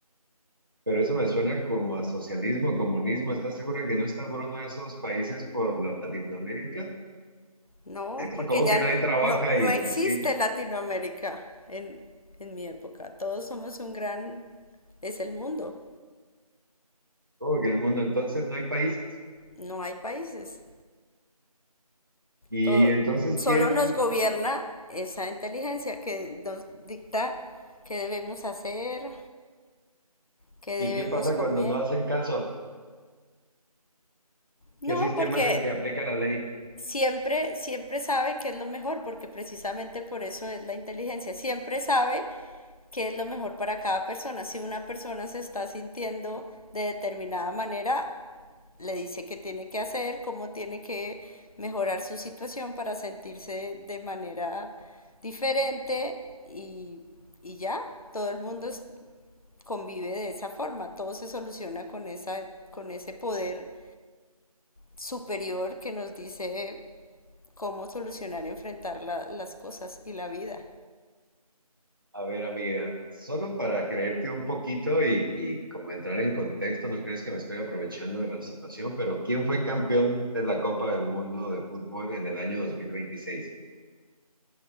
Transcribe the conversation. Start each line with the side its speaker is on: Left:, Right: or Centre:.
Right: Pero eso me suena como a socialismo, comunismo. ¿Estás segura que no está por uno de esos países por Latinoamérica?
Left: No,
Right: <laughs>
Left: porque
Right: ¿Cómo
Left: ya
Right: que nadie
Left: no,
Right: trabaja
Left: no, no
Right: y
Left: existe
Right: así?
Left: Latinoamérica en, en mi época. Todos somos un gran... Es el mundo.
Right: ¿Cómo que en el mundo entonces no hay países?
Left: No hay países.
Right: ¿Y
Left: Todo,
Right: entonces
Left: solo
Right: quién?
Left: nos gobierna esa inteligencia que nos dicta qué debemos hacer, qué debemos
Right: ¿Y qué pasa
Left: comer.
Right: cuando no hacen caso?
Left: No,
Right: ¿Qué sistema
Left: porque
Right: es el que aplica la ley?
Left: siempre, siempre sabe qué es lo mejor, porque precisamente por eso es la inteligencia, siempre sabe qué es lo mejor para cada persona. Si una persona se está sintiendo de determinada manera, le dice qué tiene que hacer, cómo tiene que mejorar su situación para sentirse de manera diferente y, y ya, todo el mundo es- convive de esa forma, todo se soluciona con, esa, con ese poder superior que nos dice cómo solucionar, y enfrentar la- las cosas y la vida.
Right: A ver, amiga, solo para creerte un poquito y, y como entrar en contexto, no crees que me estoy aprovechando de la situación, pero ¿quién fue campeón de la Copa del Mundo de Fútbol en el año 2026?